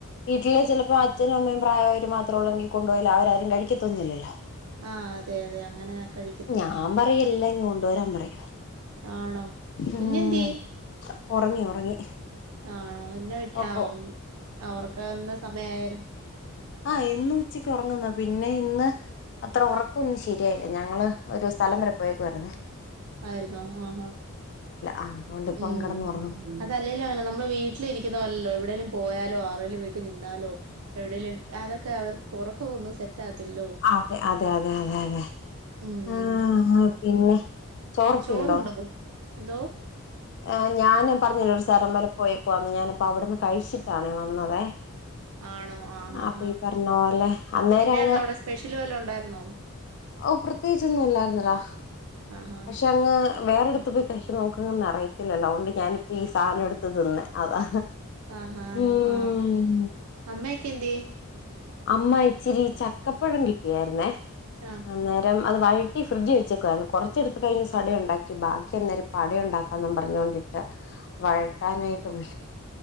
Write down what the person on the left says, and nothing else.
വീട്ടില് ചിലപ്പോ അച്ഛനും അമ്മയും പ്രായവര് മാത്രം ഉള്ളെങ്കിൽ കൊണ്ടു പോയാല് അവരാരും കഴിക്കത്തൊന്നുമില്ലല്ലോ
ഞാൻ പറയും എല്ലാം ഇങ്ങ് കൊണ്ടുവരാൻ പറയും
ഉം
ഉറങ്ങി ഉറങ്ങി
ഓക്കോ
ആഹ ഇന്ന് ഉച്ചക്ക് ഉറങ്ങുന്ന പിന്നെ ഇന്ന് അത്ര ഉറക്കൊന്നും ശരിയായില്ല ഞങ്ങള് ഒരു സ്ഥലം വരെ പോയേക്കുവായിരുന്നു
ആ അതുകൊണ്ട്
ഇപ്പം കിടന്ന് ഉറങ്ങുന്നു
അതെ അതെ അതെ അതെ അതെ
ആ പിന്നെ ചോറൊക്കെഉണ്ടോ
ആ ഞാന് പറഞ്ഞില്ലെ ഒരു സ്ഥലംവരെ പോയേക്കുന്ന് ഞാനപ്പ അവിടുന്ന് കഴിച്ചിട്ടാണേ വന്നതെ
അപ്പൊ ഈ പറഞ്ഞോല്ലെ അന്നേര
അങ്ങ്
ഓ പ്രത്യേകിച്ചോന്നുംല്ലായിരുന്ന ഡാ
പക്ഷെ അങ്ങ് വേറെ അടുത്ത് പോയി കഴിക്ക നമക്ക് ങ്ങ് നറയും ത്തില്ലോ തൊണ്ട് ഞാനിപ്പോ ഈ സാധനം എടുത്ത് തിന്നെ അതാ
ഉം.
അമ്മ ഇച്ചിരി ചക്കപ്പഴം കിട്ടിയായിരുന്നേ
അന്നേരം അത് വഴറ്റി ഫ്രിഡ്ജ് വെച്ചക്കുവായിരുന്നു കുറ ച്ചെടുത്ത് കഴിഞ്ഞ് സട ഉണ്ടാക്കി ബാക്കി അന്നേരം പടഉണ്ടാക് കന്നും പറഞ്ഞൊണ്ടിട്ട് വഴക്കനായിട്ട് രു